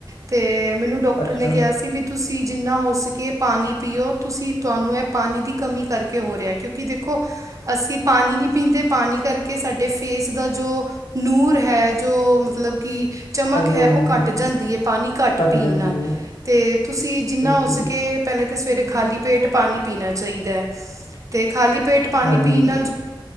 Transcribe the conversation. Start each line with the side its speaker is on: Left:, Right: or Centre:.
Right: ਤੇ ਮੈਨੂੰ ਡਾਕਟਰ
Left: ਅੱਛਾ
Right: ਨੇ ਕਿਹਾ ਸੀ ਵੀ। ਤੁਸੀਂ ਜਿੰਨਾ ਹੋ ਸਕੇ ਪਾਣੀ ਪੀਓ ਤੁਸੀਂ ਤੁਹਾਨੂੰ ਇਹ ਪਾਣੀ ਦੀ ਕਮੀ ਕਰਕੇ ਹੋ ਰਿਹਾ ਕਿਉਂਕਿ ਦੇਖੋ ਅਸੀਂ ਪਾਣੀ ਨਹੀਂ ਪੀਂਦੇ ਪਾਣੀ ਕਰਕੇ ਸਾਡੇ ਫੇਸ ਦਾ ਜੋ ਨੂਰ ਹੈ ਜੋ ਮਤਲਬ ਕਿ ਚਮਕ
Left: ਹਾਂਜੀ
Right: ਹੈ
Left: ਹਾਂਜੀ
Right: ਉਹ
Left: ਬਿਲਕੁਲ
Right: ਘੱਟ ਜਾਂਦੀ ਹੈ ਪਾਣੀ ਘੱਟ ਪੀਣ
Left: ਜਾਂਦੀ
Right: ਨਾਲ
Left: ਹੈ
Right: ਅਤੇ ਤੁਸੀਂ ਜਿੰਨਾ
Left: ਬਿਲਕੁਲ
Right: ਹੋ ਸਕੇ। ਪਹਿਲੇ ਤੇ ਸਵੇਰੇ ਖਾਲੀ ਪੇਟ ਪਾਣੀ ਪੀਣਾ ਚਾਹੀਦਾ ਤੇ ਖਾਲੀ ਪੇਟ ਪਾਣੀ
Left: ਹਾਂਜੀ
Right: ਪੀਣ ਨਾਲ